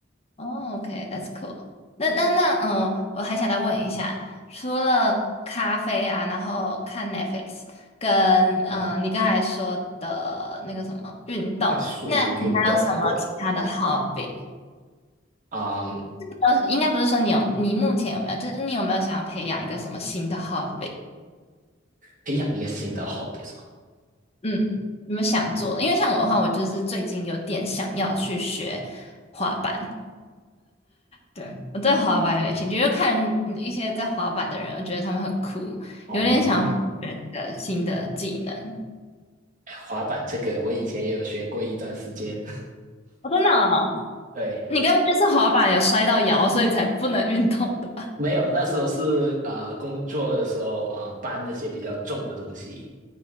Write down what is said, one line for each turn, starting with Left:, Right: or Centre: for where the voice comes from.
Left: 哦，OK，that's cool。那那那，嗯，我还想再问一下，除了咖啡啊，然后看 Netflix，跟嗯，你刚才说的那个什么运动，
Right: 看书、运动，
Left: 你还有什么其他的
Right: 对，
Left: hobby？
Right: 啊、
Left: 呃，应该不是说你有，你目前有没有，就是你有没有想要培养一个什么新的 hobby？
Right: 培养一个新的 hobby
Left: 嗯，有没有想做的因为像我的话，我就是最近有点想要去学滑板。对，我对滑板有点兴趣，就看嗯一些在滑板的人，我觉得他们很酷，
Right: 哦，
Left: 有点想学的新的技能。
Right: 哎滑板这个我以前也有学过一段时间，
Left: 哦，真的哦
Right: <laughs> 对，
Left: 你根本就是滑板有摔到摇，所以才不能运动的吧？
Right: 没有，那时候是呃工作的时候啊、呃搬那些比较重的东西，